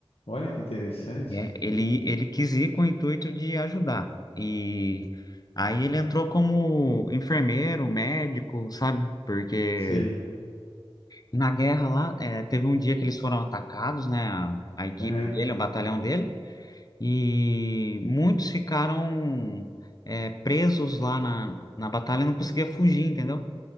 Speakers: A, on the left; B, on the left.
A: Olha que interessante.
B: né? Ele, ele quis ir com o intuito de ajudar. E aí ele entrou como enfermeiro, médico, sabe? Porque
A: Sei.
B: na guerra lá, eh, teve um dia que eles foram atacados, né? A, a equipe
A: Uhum.
B: dele, o batalhão dele, e muitos ficaram, eh, presos lá na, na batalha e não conseguia fugir, entendeu?